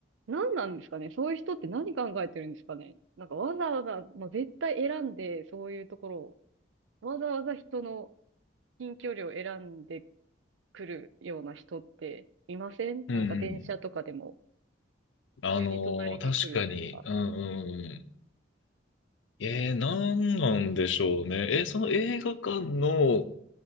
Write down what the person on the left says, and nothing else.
うんうん。あのー確かに。
うんうんうん。えー、なんなんでしょうね。えーその映画館の